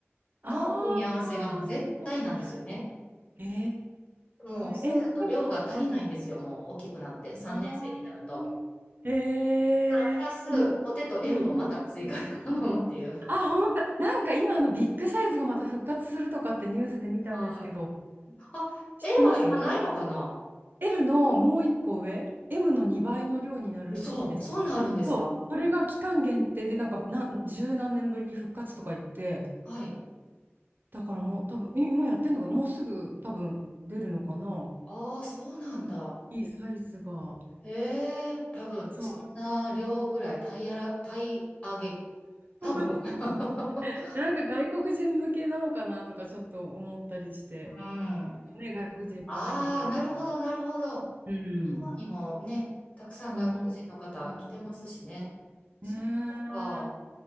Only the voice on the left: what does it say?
の組み合わせがもう絶対なんですよね。
でも、それだと量が足りないんですよ、
もう大きくなって、
3年生になると。
だから、プラス、
ポテト L
をまた追加で頼むっていう。
はい。あ、
L は今ないのかな
そう、そんなんあるんですか
はい。
ああ、そうなんだ。
ええ多分、
そんな量ぐらい、タイやら、タイ上げ、多分。
<laughs>
うん。あ
あ、なるほど、なるほど。
日本にもね、たくさん外国人の方来てますしね。
そういうことか。